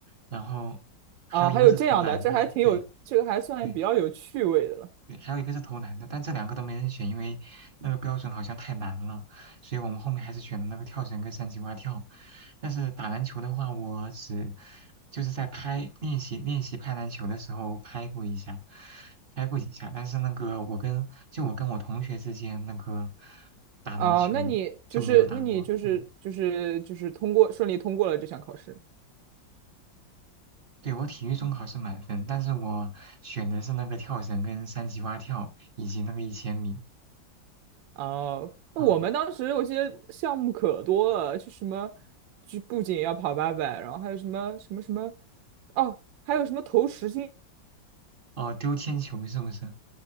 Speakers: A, on the right (about 40°); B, on the right (about 85°).
A: 然后还有一个是投篮的，
B: 啊，还有这样的，这还挺有，
A: 对
B: 这个还算比较有趣味的了
A: 对。对，还有一个是投篮的，但这两个都没人选，因为那个标准好像太难了，所以我们后面还是选了那个跳绳跟三级蛙跳。但是打篮球的话，我只就是在拍练习练习拍篮球的时候拍过一下，拍过几下。但是那个我跟就我跟我同学之间那个打篮球就没有打过。
B: 啊，那你就是那你就是就是就是通过顺利通过了这项考试。
A: 嗯，对，我体育中考是满分，但是我选的是那个跳绳跟三级蛙跳以及那个一千米。
B: 哦，那我们当时我记得项目可多了，
A: 嗯，
B: 就什么，就不仅要跑八百，然后还有什么什么什么，哦，还有什么投实心
A: 哦，丢铅球是不是？